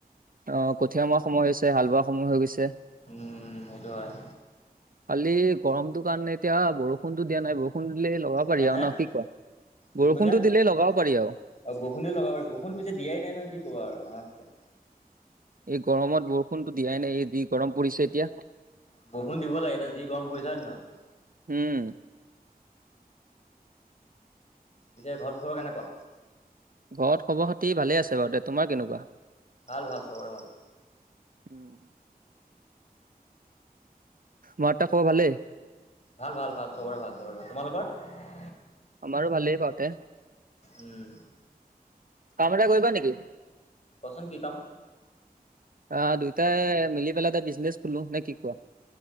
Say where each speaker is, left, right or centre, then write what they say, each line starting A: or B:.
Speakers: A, on the right (about 60°); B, on the left (about 45°).
A: অ কঠিয়া মৰা সময় হৈছে হাল বোৱা সময় হৈ গৈছে
B: উম সেইটো হয়
A: খালি গৰমটো কাৰণে এতিয়া বৰষুণতো দিয়া নাই বৰষুণ দিলে ল'ব পাৰি
B: হে
A: আৰু
B: হে
A: ন কি কোৱা বৰষুণতো
B: কি কৈছা অ
A: দিলেই লগাব পাৰি আৰু।
B: বৰষুণ দি লগাব পাৰি বৰষুণ পিছে দিয়াই নাই নহয় কি কবা আৰু আমাৰ সৈতে
A: এই গৰমত বৰষুণতো দিয়াই নাই এই যি গৰম পৰিছে এতিয়া
B: বৰষুণ দিব লাগে এতিয়া যি গৰম পৰিছে হয় নে নহয়
A: উম,
B: এতিয়া ঘৰত খবৰ কেনকুৱা
A: ঘৰত খবৰ খাতি ভালে আছে বাৰু দে তোমাৰ কেনেকুৱা
B: ভাল ভাল চবৰে ভাল
A: হুম <unintelligible> মাৰ দেউতা খবৰ ভালেই
B: ভাল ভাল ভাল চবৰে ভাল চবৰে ভাল তোমালোকৰ
A: আমাৰো ভালেই বহু
B: উম
A: কাম এটা কৰিবা নেকি
B: কচোন কি কাম
A: অ দুইটা মিলি পেলে এটা বিজনেচ খোলো নে কি কোৱা